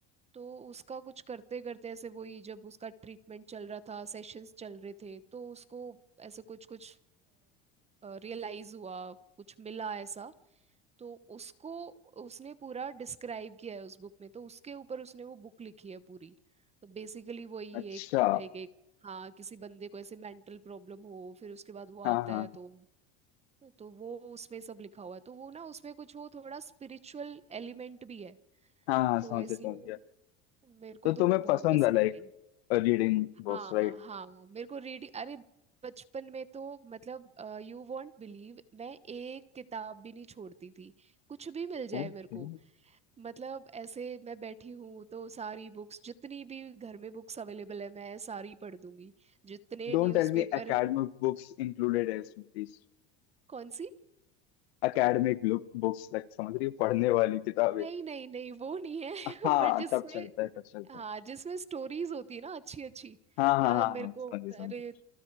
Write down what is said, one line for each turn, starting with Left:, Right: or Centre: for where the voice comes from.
Right: तो उसका कुछ करते करते ऐसे वही जब उसका ट्रीटमेंट चल रहा था सेशंस चल रहे थे तो उसको ऐसे कुछ कुछ रियलाइज हुआ कुछ मिला ऐसा तो उसको उसने पूरा डिस्क्राइब किया है उस बुक में तो उसके ऊपर उसने वो बुक लिखी है पूरी तो बेसिकली वही
Left: अच्छा
Right: एक लाइक एक हाँ किसी बंदे को ऐसे मेंटल प्रॉब्लम हो फिर उसके बाद वो आता
Left: हाँ हाँ
Right: है तो तो वो उसमें सब लिखा हुआ है तो वो ना उसमें कुछ वो थोड़ा स्पिरिचुअल एलिमेंट भी है
Left: हाँ हाँ
Right: तो
Left: समझ
Right: इसलिए
Left: गया समझ गया
Right: मेरे को
Left: तो
Right: तो
Left: तुम्हें
Right: वो बहुत
Left: पसंद
Right: पसंद
Left: है like
Right: आई
Left: reading books
Right: हाँ
Left: right
Right: हाँ मेरे को रीड अरे बचपन में तो मतलब यू वॉन्ट बिलीव मैं एक किताब भी नहीं छोड़ती थी कुछ भी मिल जाए
Left: Okay
Right: मेरे को मतलब ऐसे मैं बैठी हूँ तो सारी बुक्स जितनी भी घर में बुक्स अवेलेबल है मैं सारी पढ़ दूंगी जितने
Left: Don't
Right: न्यूज़पेपर
Left: tell me academic books included है इसमें प्लीज
Right: कौन सी
Left: एकेडमिक बुक्स लाइक समझ रही हो पढ़ने वाली किताबें
Right: नहीं नहीं नहीं वो नहीं है <laughs>
Left: हाँ
Right: बट जिसमें
Left: तब चलता है तब चलता
Right: हाँ
Left: है
Right: जिसमें स्टोरीज होती है ना अच्छी अच्छी
Left: हाँ हाँ
Right: मतलब
Left: हाँ
Right: मेरे
Left: हाँ
Right: को
Left: समझिए समझिए
Right: अरे